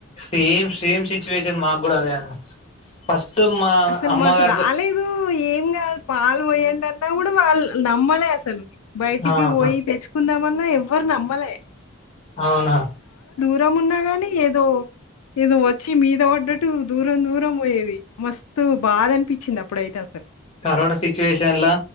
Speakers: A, on the left; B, on the left.
A: సేమ్ సేమ్ సిచ్యువేషన్ మాకు కూడా అదే ఫస్ట్ మా
B: అసలు
A: అమ్మగారికి
B: మాకు రాలేదు, ఏం కాదు పాలు పోయండి అ న్నాకూడా వాళ్ళు నమ్మలే అసలు బయటికి
A: ఆహా
B: పోయి తెచ్చుకుందామన్నా ఎవ్వరు నమ్మ మ్మలే
A: అవునా
B: దూరంఉన్నా గాని ఏదో ఏదో వచ్చి మీద పడ్డట్టు దూరం దూరం పోయేది. మస్తు బాధ అనిపిచ్చింది అప్పుడైతే అసలు.
A: కరోనా సిచ్యువేషన్ల